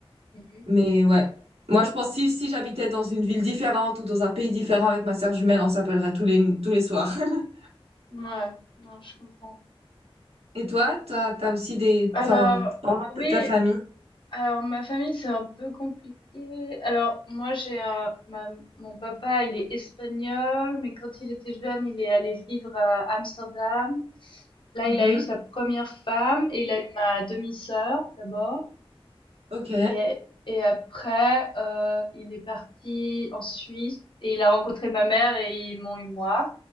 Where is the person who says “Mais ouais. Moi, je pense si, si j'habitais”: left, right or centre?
Right